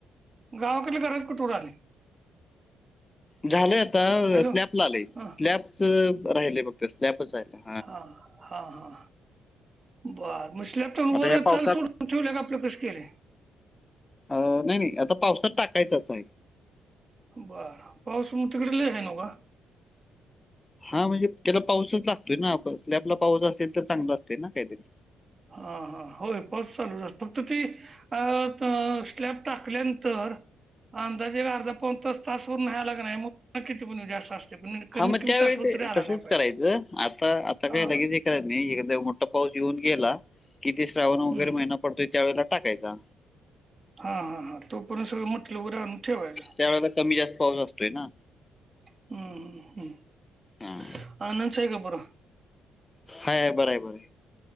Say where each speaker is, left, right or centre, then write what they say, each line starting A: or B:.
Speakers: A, on the right; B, on the left.
A: गावातली घरज कुठूवर आली.
B: झालंय आता
A: हॅलो
B: स्लॅब ला आलेय
A: हां
B: स्लॅबच राहिलेय फक्त स्लॅबच राहिला.
A: हा हा हा. बर मग स्लॅपटॉन
B: आता
A: वर
B: या पावसात
A: चाल सोडून ठेवले का आपलं कशी केलंय.
B: अ नाही नाही आता पावसात टाकायचं असं आहे.
A: बर पाऊस म तिकडे ल आहे न का?
B: हा म्हणजे त्याला पाऊसच लागतोय ना आप स्लॅपला पाऊस असेल तर चांगला असते ना काहीतरी.
A: हा हा होय पास चालू फक्त ती. अ स्लॅब टाकल्यानंतर. अंदाजेला अर्धा पनतास तास वरून व्यायला लागणार म किती पण जास्त. असते पण कमीत
B: हा मग
A: कमी
B: त्यावेळी
A: तासभर
B: ते
A: तरी आला
B: तसच
A: नाही पाहिजे
B: करायचं आता आता काय
A: हा
B: लगेच करायचं. एदा मोठा पाऊस येेऊन गेला कि ते श्रावण वगैरे
A: हम्म
B: महिना पडतोय त्या वेळेला टाकायचा.
A: हा हा हा तो पण सगळ म्हटलं मटरेल वगैरे आणून ठेवायच.
B: त्या वळेला तर कमी जास्त पाऊस असतोय ना.
A: हम्म हम्म हम्म
B: हां.
A: अ नन च ह का बर.
B: हाय बर आहे बर आहे.